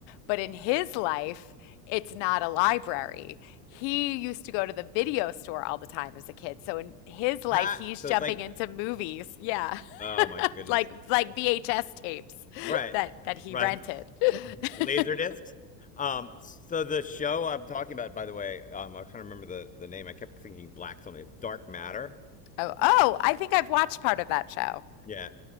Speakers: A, on the left (about 60°); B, on the left (about 15°).
A: But in his life, it's not a library. He used to go to the video store all the time as a kid. So in his life,
B: Ha!
A: he's
B: So
A: jumping
B: it's like,
A: into movies. Yeah. <laughs>
B: oh my goodness.
A: Like like VHS tapes
B: Right.
A: <laughs> that that he
B: Right.
A: rented. <laughs>
B: <laughs> Laser discs. Um, so the show I'm talking about, by the way, um, I was trying to remember the, the name. I kept thinking black something. It's Dark Matter.
A: Oh, oh, I think I've watched part of that show.
B: Yeah.